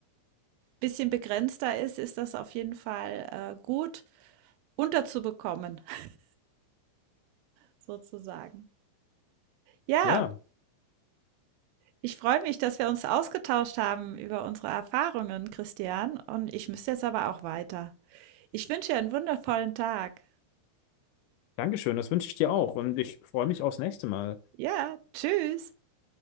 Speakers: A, on the right; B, on the left.
A: bisschen begrenzter ist, ist das auf jeden Fall, äh, gut unterzubekommen <laughs> sozusagen. Ja.
B: Ja,
A: Ich freue mich, dass wir uns ausgetauscht haben über unsere Erfahrungen, Christian. Und ich müsste jetzt aber auch weiter. Ich wünsche dir einen wundervollen Tag.
B: danke schön. Das wünsche ich dir auch. Und ich freue mich aufs nächste Mal.
A: Ja, tschüss.